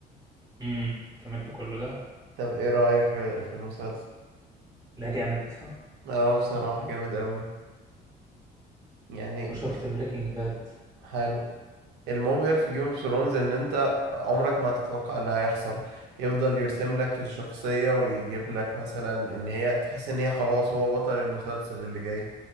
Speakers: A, on the right; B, on the right.
A: امم كملت كله ده
B: طب ايه رأيك في في المسلسل
A: ده جامد بصراحة
B: اه بصراحة جامد قوي يعني
A: وشفت بريكنج باد
B: حلو المبهر في جيم اوف ثرونز ان انت عمرك ما هتتوقع اللي هيحصل يفضل يرسم لك الشخصية ويجيب لك مثلا ان هي تحس ان هي خلاص هو بطل المسلسل اللي جاي